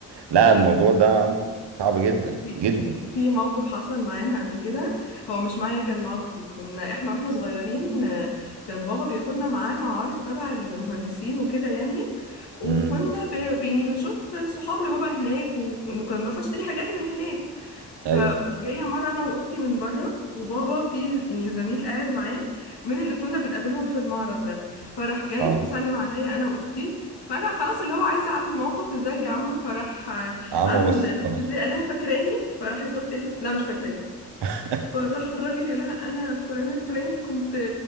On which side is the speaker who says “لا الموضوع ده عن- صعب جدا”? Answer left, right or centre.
Right